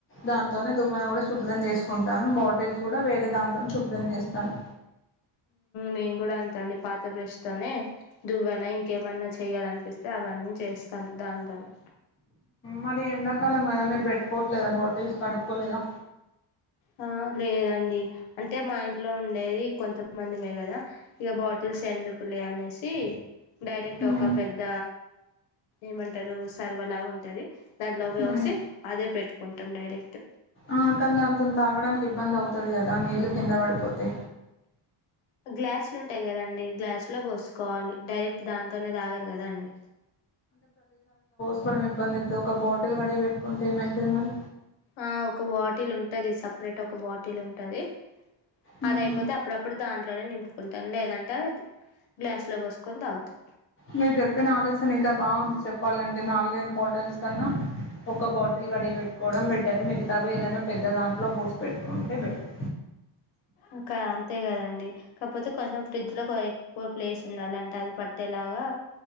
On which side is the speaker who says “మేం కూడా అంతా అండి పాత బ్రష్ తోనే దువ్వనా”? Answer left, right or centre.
Left